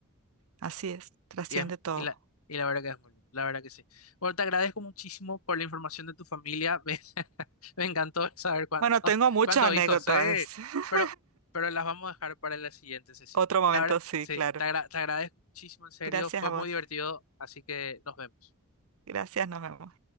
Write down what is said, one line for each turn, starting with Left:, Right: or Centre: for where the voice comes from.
Right: así es. Trasciende
Left: Y, es-
Right: todo.
Left: y la, y la verdad que es muy lindo, la verdad que sí. Bueno, te agradezco muchísimo por la información de tu familia. <laughs> Me, me encantó saber cuánto-
Right: Bueno, tengo muchas
Left: cuántos
Right: anécdotas.
Left: hijos, eh.
Right: <laughs>
Left: Pero, pero las vamos a dejar para la siguiente sesión.
Right: Otro momento,
Left: La verdad,
Right: sí,
Left: sí,
Right: claro.
Left: te agra- te agradezco muchísimo, en serio.
Right: Gracias
Left: Fue
Right: a vos.
Left: muy divertido, así que nos vemos.
Right: Gracias, nos vemos.